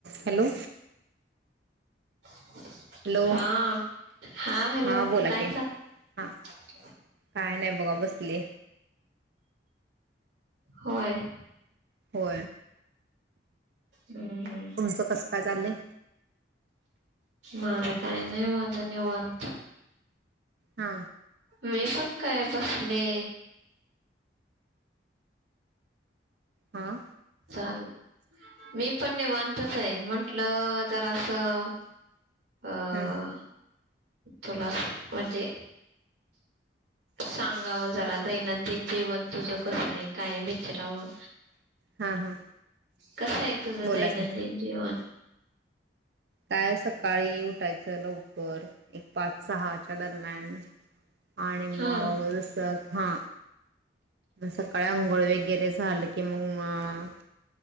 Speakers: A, on the right (about 65°); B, on the right (about 80°).
A: hello
B: हा
A: Hello
B: काय हा हॅलो
A: हां बोला
B: काय
A: की
B: चालय
A: हां काय नाही बघा बसली
B: होय
A: हो
B: हम्म हम्म
A: तूमचं कसं काय चाललंय
B: माझं काही नाही ओ आत्ता निवांत
A: हा
B: मी पण काय बसले
A: हां
B: चालल मी पण निवांतच आहे म्हंटलं जरा असं अह
A: हं
B: तुला म्हणजे सांगाव जरा दैनंदिन जीवन तुझं कसं आहे काय विचरावं
A: हां हां
B: कस आहे तुझं
A: बोला
B: दैनंदिन
A: की
B: जीवन
A: काय सकाळी उठायचं लवकर एक पाच सहाच्या दरम्यान आणि
B: हा
A: मग जस हा सकाळी आंघोळ वगैरे झालं की मग